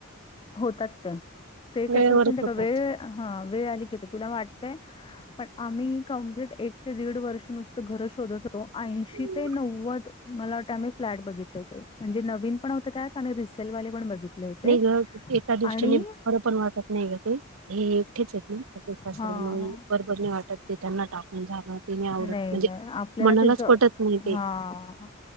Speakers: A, on the left (about 25°); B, on the right (about 75°).
A: होतात त्या, ते
B: वेळेवरच
A: कसं असतं माहिती
B: होतात
A: का वेळ, हा वेळ आली की आता तुला वाटतंय पण आम्ही कंप्लीट एक ते दीड वर्ष नुसतं घर शोधत होतो, ऐंशी
B: हम्म
A: ते नव्वद मला वाटतं आम्ही फ्लॅट बघितले होते, म्हणजे नवीन पण होते त्यात आणि रिसेलवाले पण बघितले होते.
B: नाही एका दृष्टीने
A: आणि
B: बरं पण वाटत नाही ग ते, हे एकटेच आहेत ना सास सासरे
A: हा
B: म्हणून बरोबर नाही वाटत ते त्यांना टाकून जाणं. ते आवडत
A: नाही
B: म्हणजे
A: नाही आपल्याला
B: मनालाच
A: त्याच
B: पटत नाही ते
A: हा